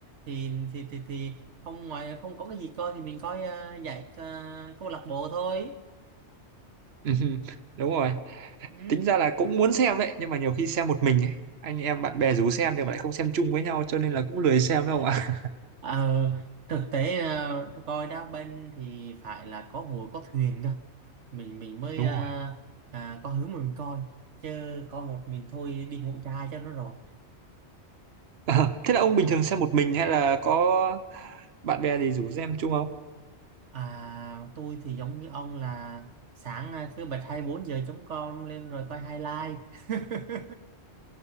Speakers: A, on the right; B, on the right.
A: thì thì thì thì không ngoài không có cái gì coi thì mình coi à, giải à, câu lạc bộ thôi
B: <laughs> đúng rồi
A: ừ.
B: tính ra là cũng muốn xem ấy nhưng mà nhiều khi xem một mình ấy anh em bạn bè rủ xem nhưng mà lại không xem chung với nhau cho nên là cũng lười xem đâu ạ
A: Ờ, thực tế ờ, coi đá banh thì phải là có hội có thuyền cơ mình mình mới
B: <laughs> đúng
A: ờ,
B: rồi
A: à, có hướng mà mình coi chứ coi một mình thôi đi ngủ chai cho nó rồi
B: Ờ, thế là ông bình thường xem một mình hay là có bạn bè gì rủ xem chung không
A: à tôi thì giống như ông là sáng ờ, cứ bật 24 giờ chống con lên rồi coi highlight <laughs>